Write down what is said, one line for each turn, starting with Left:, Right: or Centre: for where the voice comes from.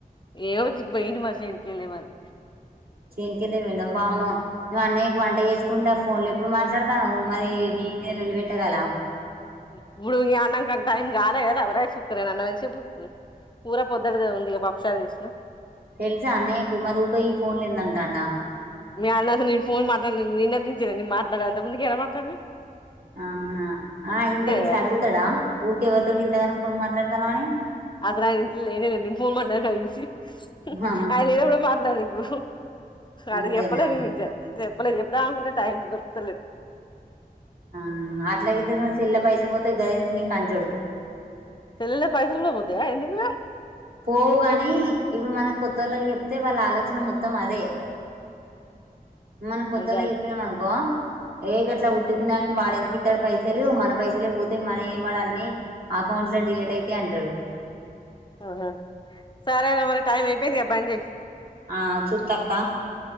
Left: ఏవ వెయిడి మరిష ఎకి మరి
Right: చేన్కిదు మ బామ్మ నువ్వు అన్నయ్య వంట చేసుకుంటా ఫోన్ లో ఎప్పుడు మాట్లాడతాను మరి న నళ్లి పెెట్టగల
Left: ఇప్పుడు అన్నంకంట టైం కాలే కదా అవరైస్ కుక్కరేను అన్న మంచి ఇడు కూర పొద్దుది ఉందిక పప్పు చారు వేసినా
Right: తెలుసా అన్నయ కుమరూక ఈ ఫోన్‌లు ఎందుకంటండా
Left: మీ అన్న నేను ఫోన్ మాట్ నిన్నర్టించా నేను మాట్లాడ అంత ముందుకు ఎలా మాట్లాడద
Right: ఆహా ఆ ఇంతకి ఇట్లా
Left: కదా
Right: అడుగుతాడా ఊక ఎవతడు ఇంతగాన ఫోన్ మాట్లాడు తవాణి
Left: అత నా నింట్ ఏననా నిం ఫోన్ట్లే కైసి
Right: ఆహా
Left: ఆయన లేనప్పుడే మాట్లాాలి ఇప్పుడు
Right: అంతేనా
Left: అడ చెప్పలే నేను ఇంకా చెప్ప వాళ్లకి చెప్దాం అంటే టైం దొరుతలేదు
Right: ఆ అట్లాగ ఇ సెల్ల పైసలు పోతే గది ఎందుకు నీకు అంటడు
Left: తెల్ పైసున్నా పోతేయా ఎందుకు
Right: పోవు కాని ఇప్పుడు మనం కొత్త వాళ్ళకి చెప్తే వాళ్ళ ఆలో వచ్చిన మొత్తం అదే మనం కొత్తోళ్ల
Left: అదే
Right: కి చెప్పినాం అనుకో ఏ గట్లా ఉట్టిపునయానికి వాడెందుకు ఇస్తాడు పైసలు మన పైసలే పోతే మన వాడు అన్ని అకౌంట్ లో డిలీట్ అయిత అంటారు
Left: ఆహా సారా అ టైమ్ అయిపోంది బంచేయి
Right: ఆ సుతక్క